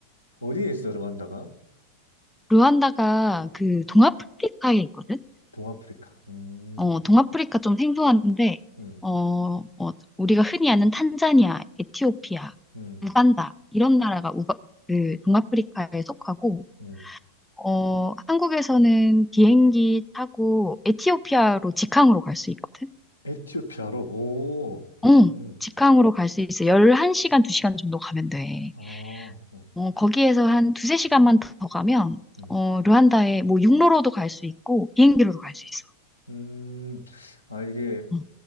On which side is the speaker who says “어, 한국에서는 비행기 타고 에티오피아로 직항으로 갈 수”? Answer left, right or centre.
Centre